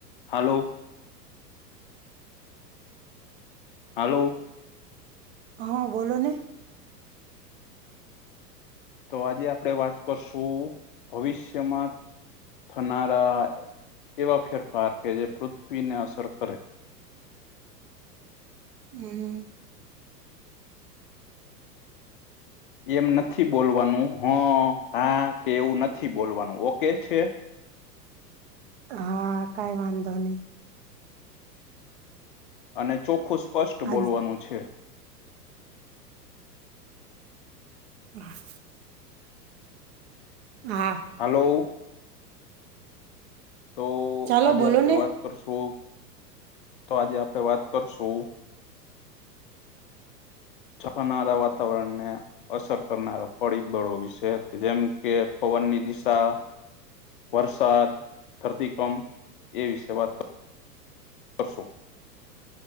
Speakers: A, on the left; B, on the right.
A: હાલો hello,
B: હા બોલોને
A: તો આજે આપણેે વાત કરશું ભવિષ્યમાં થનારા એવા ફેરફાર કે જે પૃથ્વીને અસર કરે.
B: હું.
A: એમ નથી બોલવાનું હ હા કે એવું નથી બોલવાનું ઓકે છે.
B: હા કાઈ વાંધો નહીં.
A: અને ચોખ્ખું સ્પષ્ટ
B: આજ
A: બોલવાનું છે.
B: હા હા
A: હાલો, તો
B: ચાલો
A: આજે
B: બોલો
A: આપે
B: ને
A: વાત કરશું તો આજે આપે વાત કરશું. ચકાનારા વાતાવરણને અસર કરનારા પરિબળો વિશે જેમ કે પવનની દિશા વરસાદ ધરતીકંપ એ વિશે વાત કરશું.